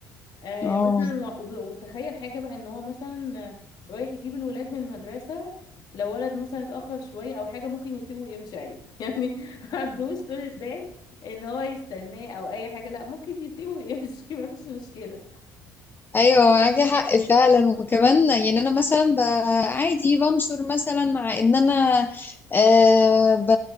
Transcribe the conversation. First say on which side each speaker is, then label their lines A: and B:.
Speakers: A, on the left (about 45°); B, on the left (about 20°).
A: آه
B: اه
A: مثلا و- وب- وتخيل حاجة بقى ان هو مثلا آه، رايح يجيب الولاد من المدرسة لو ولد مثلا اتأخر شوية او حاجة ممكن يسيبه ويمشي عادي <laughs> يعني ما عندوش طولة بال ان هو يستناه او اي حاجة لا ممكن يسيبه ويمشي <laughs> ما فيش مشكلة
B: ايوه معاكي حق فعلا وكمان يعني انا مثلا ب- عادي بنشر مثلا مع ان انا آه ب